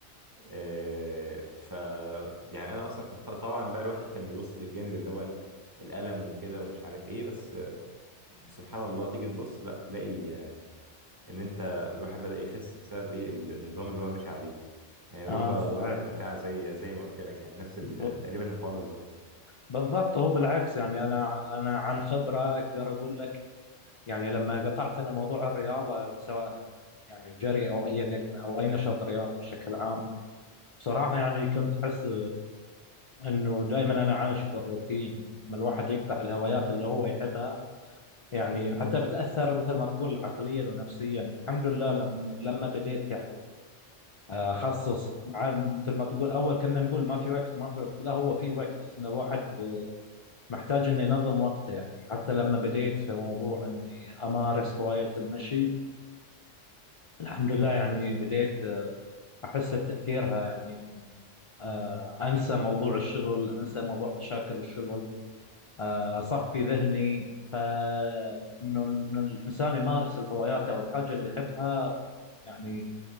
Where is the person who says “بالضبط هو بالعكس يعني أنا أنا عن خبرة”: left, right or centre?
Left